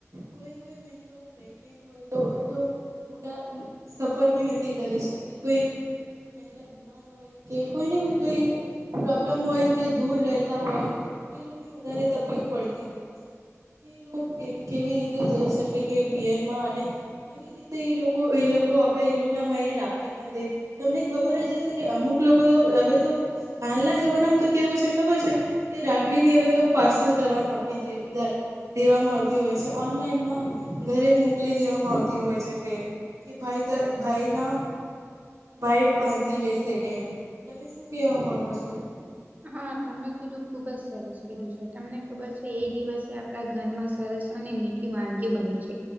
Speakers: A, on the right; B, on the right.
A: કોઈ કોઈ મહિલાઓ પ્રેગનેટ હોય તો તો મોટા સફર બી નથી કરી શકતી કોઈ મહિલા બીમાર હોય કે કોઈને બી કઈ પ્રોબ્લમ હોય કે દૂર રહેતા હોય ઈ લોકો ને વધારે તકલીફ પડતી હોય છે કે ઈ લોકો કેવી રીતે જઈ શકે કે પિયરમાં અને કેવી રીતે એ લોકો એ લોકો આપડે એ લોકો ના ભાઈ ને રાખડી બાંધે તમને ખબર જ હશે કે અમુક લોકો તો હવે તો હાલના જમાનામાં તો કેવું છે ખબર છે કે રાખડી બી હવે તો પાર્સલ કરવામાં આપી દેય દેવામાં આવતી હોય છે ઓનલાઈનમાં ઘરે મોકલી દેવામાં આવતી હોય છે કે ભાઈ તો ભાઈ ના ભાઈ બાંધી લેશે કે એમ. તમે શું કેવા માંગો છો?
B: હા, તમે કીધું ખુબજ સરસ કીધું છે તમને ખબર છે એ દિવસે આપડા ઘરમાં સરસ અને મીઠી વાનગી બને છે